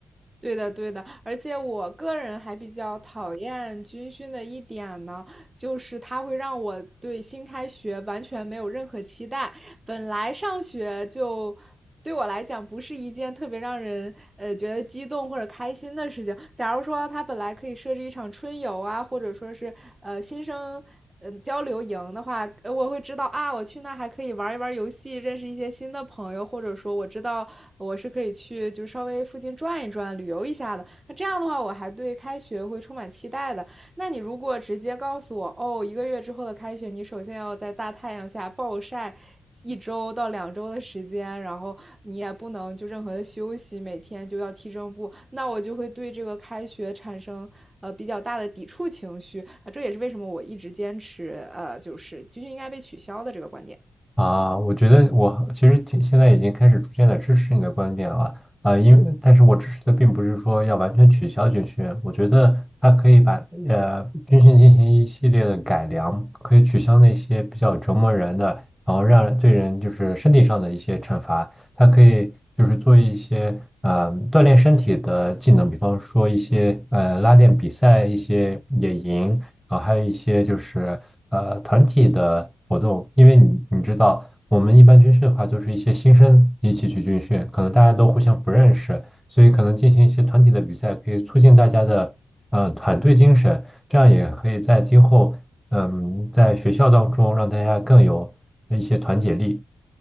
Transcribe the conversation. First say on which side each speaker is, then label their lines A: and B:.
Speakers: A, on the right; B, in the centre.
A: 对的，对的，而且我个人还比较讨厌军训的一点呢，就是它会让我对新开学完全没有任何期待。本来上学就对我来讲不是一件特别让人呃觉得激动或者开心的事情。假如说他本来可以设置一场春游啊，或者说是呃新生嗯呃、交流营的话，呃我会知道啊，我去那还可以玩一玩游戏，认识一些新的朋友，或者说我知道我是可以去就稍微附近转一转、旅游一下的。那这样的话，我还对开学会充满期待的。那你如果直接告诉我，哦，一个月之后的开学，你首先要在大太阳下暴晒一周到两周的时间，然后你也不能就任何的休息，每天就要踢正步，那我就会对这个开学产生呃比较大的抵触情绪啊、呃这也是为什么我一直坚持呃就是军训应该被取消的这个观点。
B: 啊，我觉得我其实挺现在已经开始逐渐的支持你的观点了啊，因为但是我支持的并不是说要完全取消军训，我觉得它可以把呃军训进行一系列的改良，可以取消那些比较折磨人的，然后让对人就是身体上的一些惩罚，它可以就是做一些呃锻炼身体的技能，比方说一些呃拉练比赛、一些野营。啊，还有一些就是呃团体的活动，因为你你知道，我们一般军训的话，就是一些新生一起去军训，可能大家都互相不认识，所以可能进行一些团体的比赛，可以促进大家的呃团队精神，这样也可以在今后嗯在学校当中让大家更有一些团结力。